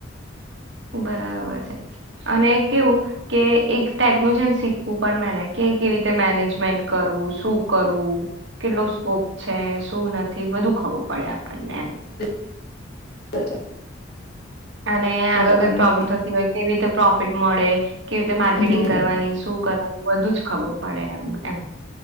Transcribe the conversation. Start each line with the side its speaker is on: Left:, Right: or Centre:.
Right: બરાબર છે અને કેવું કે એક ટાઈપનું છે શીખવું પણ મેને કે કેવી રીતે મેનેજમેન્ટ કરવું શું કરું કેટલો સ્કોપ છે શું નથી બધું ખબર પડે આપ અને
Left: <inaudible>
Right: અને
Left: સો
Right: આગળ
Left: ટકાની
Right: કોઈ પ્રોબ્લેમ
Left: વાત
Right: થતી હોય કેવી રીતે પ્રોફિટ મળે કેવી રીતે માર્કેટિંગ
Left: હમ
Right: કરવાની શું કરવાનું બધું જ ખબર પડે એમ એમ